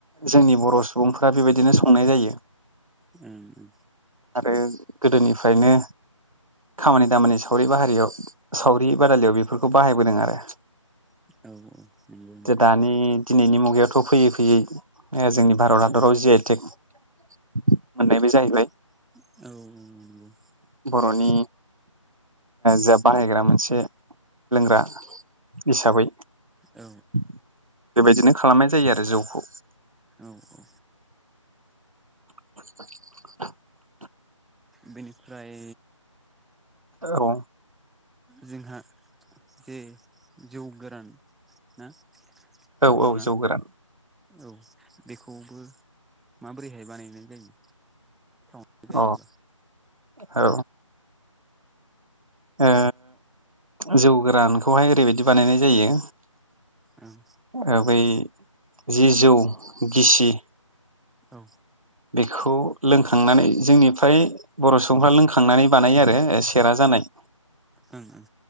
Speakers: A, on the right; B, in the centre.
A: जोंनि बर' सुबुंफ्रा बेबायदिनो संनाय जायो।
B: उम
A: आरो गोदोनिफ्रायनो खामानि दामानि सावरि बाहारियाव सावरि बादालियाव बेफोरखौ बाहायबोदों आरो
B: औ औ नंगौ
A: दानि दिनैनि मुगायाव थ' फैयै फैयै जोंनि भारत हादराव जि आइ टेक मोननायबो जाहैबाय
B: औ औ नंगौ
A: बर'नि जा बाहायग्रा मोनसे लोंग्रा हिसाबै
B: औ नंगौ औ
A: बेबायदिनो खालामनाय जायो आरो जौखौ
B: औ औ
A: <inaudible>
B: बिनिफ्राय
A: औ
B: जोंहा जे जौ गोरान ना
A: औ
B: दङना
A: औ जौ गोरान
B: औ बेखौबो माबोरैहाय बानायनाय जायो। सम
A: अ
B: जायोबा
A: औ ओ जौ गोरानखौहाय ओरैबायदि बानायनाय जायो
B: ओं
A: ओ बै जि जौ गिसि
B: औ
A: बेखौ लोंखांनानै जोंनिफ्राय बर' सुबुंफ्रा लोंखांनानै बानायो आरो सेरा जानाय।
B: ओं ओं